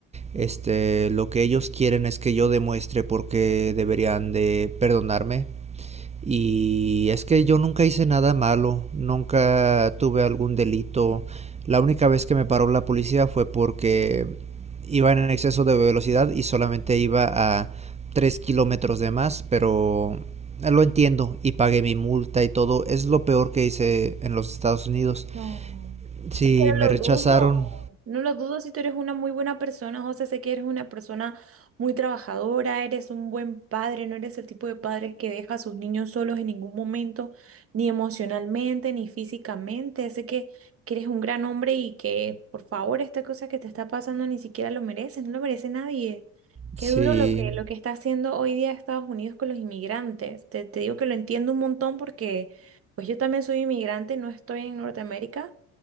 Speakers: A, on the right; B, on the right.
A: Este, lo que ellos quieren es que yo demuestre por qué deberían de perdonarme y es que yo nunca hice nada malo, nunca tuve algún delito. La única vez que me paró la policía fue porque iba en exceso de velocidad y solamente iba a 3 kilómetros de más, pero lo entiendo y pagué mi multa y todo. Es lo peor que hice en los Estados Unidos.
B: No,
A: Sí,
B: es que no
A: me
B: lo
A: rechazaron.
B: dudo, no lo dudo si tú eres una muy buena persona, José, sé que eres una persona muy trabajadora, eres un buen padre, no eres el tipo de padre que deja a sus niños solos en ningún momento, ni emocionalmente, ni físicamente, sé que, que eres un gran hombre y que, por favor, esta cosa que te está pasando ni siquiera lo mereces, no lo merece nadie. Qué
A: Sí,
B: duro lo que, lo que está haciendo hoy día Estados Unidos con los inmigrantes. Te, te digo que lo entiendo un montón porque... Pues yo también soy inmigrante, no estoy en Norteamérica,